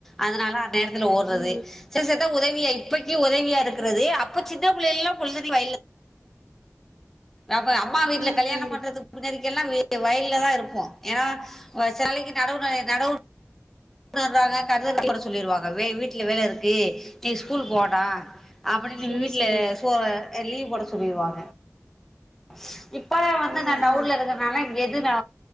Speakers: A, in the centre; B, on the right.
A: அதனலா நேரத்தில ஓடுறது
B: ம்
A: சில சத்த உதவிய இப்பக்கி உதவியா இருக்கிறது அப்ப சின்ன பிள்ளைல்லாம் புலரிவைல அப்ப அம்மா வீட்டுல
B: ம்
A: கல்யாணம்
B: ம்
A: பண்றதுக்கு முன்னாடி எல்லாம வ வயல்ல தா இருப்போம் ஏனா சேலைக்கு நடவுனாயே நடவு உறாங்க கருத கூட சொல்லியிருவாங்க வே வீட்டுல வேல இருக்கு நீ ஸ்கூல் போடா அப்டினு
B: செரி
A: வீடல
B: செரி
A: சோற லீவு போட சொல்லிடுவாங்க இஸ்... ஈ இப்ப வந்து
B: ம்
A: நா டவுன்ல
B: ம்
A: இருக்கிற னால எது நா